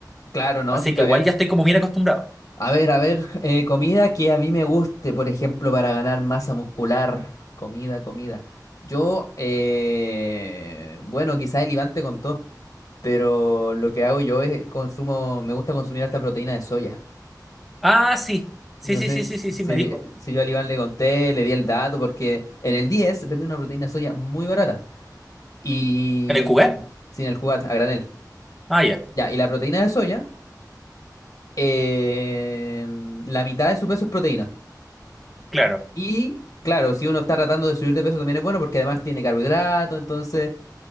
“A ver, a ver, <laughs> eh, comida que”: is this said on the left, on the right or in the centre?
Left